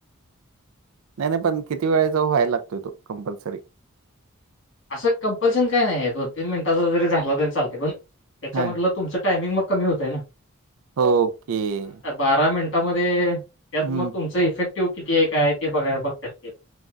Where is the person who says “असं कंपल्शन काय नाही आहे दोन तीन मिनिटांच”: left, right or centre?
Left